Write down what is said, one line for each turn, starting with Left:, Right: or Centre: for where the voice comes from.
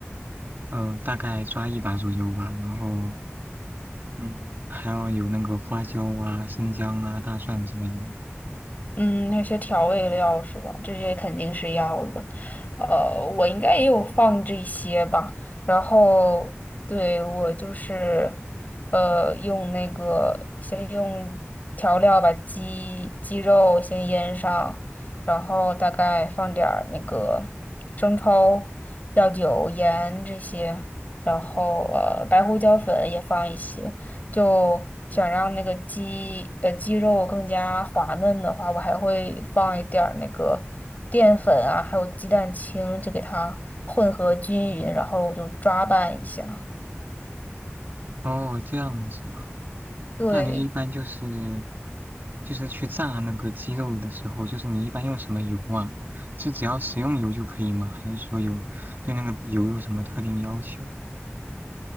Right: 呃大概抓一把左右吧。然后嗯，还要有那个花椒啊、生姜啊、大蒜之类的。
Left: 嗯，那些调味料是吧？这些肯定是要的。呃，我应该也有放这些吧。然后，对，我就是，呃，用那个先用调料把鸡鸡肉先腌上，然后大概放点儿那个生抽、料酒、盐这些，然后呃白胡椒粉也放一些。就想让那个鸡呃鸡肉更加滑嫩的话，我还会放一点儿那个淀粉啊，还有鸡蛋清，就给它混合均匀，然后我就抓拌一下。
Right: 哦，这样子啊，
Left: 对，
Right: 那你一般就是就是去炸那个鸡肉的时候，就是你一般用什么油啊？是只要食用油就可以吗？还是说有对那个油有什么特定要求？